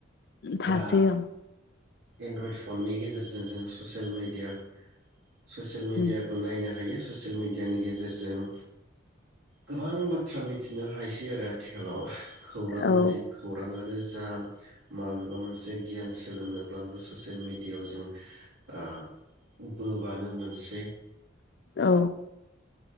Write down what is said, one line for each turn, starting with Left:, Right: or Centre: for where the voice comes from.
Left: थासै
Right: दा
Left: ओं
Right: एन्ड्रयड फननि गेजेरजों जोङो ससियेल मिडिया ससियेल मिडियाखौ
Left: उम
Right: नायनो हायो ससेल मिडिया नि गे गेजेरजों गोबां बाथ्रा मिथिनो हायोसै आरो आथिखालाव खौरां
Left: औ
Right: बि खौराङानो जा माबेबा मोनसे गियान सोलोंनोब्लाबो ससेयेल मिडियायाव जों ओ बोबानो मोनसै बे
Left: औ